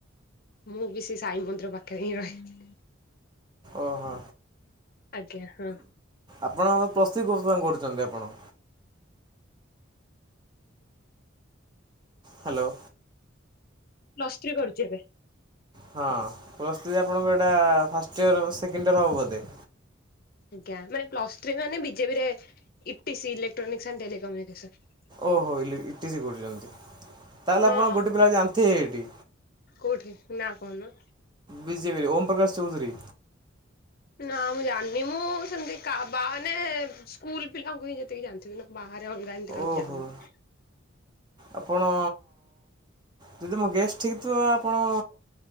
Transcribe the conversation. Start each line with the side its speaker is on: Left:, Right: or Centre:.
Left: ମୁଁ ବି ସେ ସାଇ ମନ୍ଦିର ପାଖରେ ହିଁ ରହେ
Right: ଓହୋ।
Left: ଆଜ୍ଞା ହଁ।
Right: ଆପଣ ପଲସ ଥ୍ରୀ <unintelligible> କରୁଛନ୍ତି ଆପଣ। ହ୍ୟାଲୋ।
Left: ପ୍ଲସ ଥ୍ରୀ କରୁଛି ଏବେ।
Right: ହଁ ପ୍ଲସ ଥ୍ରି ଆପଣଙ୍କ ଏଇଟା ଫାଷ୍ଟ ଇୟର୍ ସେକେଣ୍ଡ ଇୟର୍ ହେବ ବୋଧେ?
Left: ଆଜ୍ଞା ମାନେ ପଲସ ଥ୍ରୀ ମାନେ ବିଜେପିରେ ଇପିସି ଲେଟର <unintelligible>
Right: ଓହୋ ଇଲ ଇଟି ସି କୋଡ଼ ଯାଉଛି, ତାହେଲେ
Left: ହଁ।
Right: ଆପଣ ଗୋଟେ ପିଲା ଯାଣିଥବେ ସେଠି?
Left: କଉଠି ନା କହନୁ?
Right: ବିଜେପି ଓମ୍ ପ୍ରକାଶ୍ ଚୌଧୁରୀ।
Left: ନା ମୁଁ ଜାଣିନି ମୁଁ ସେମିତି କା ବାନେ ସ୍କୁଲ ପିଲାଙ୍କୁ ହିଁ ଯେତିକି ଜାଣିଥିବିି ନ ବାହାରେ ଅଲଗା ଏମିତି କାହାକୁ
Right: ଓହୋ
Left: ଜାଣିନି।
Right: ଆପଣ ଯଦି ମୋ ଗେଷ୍ଟ ଠିକ୍ ଥିବ ଆପଣ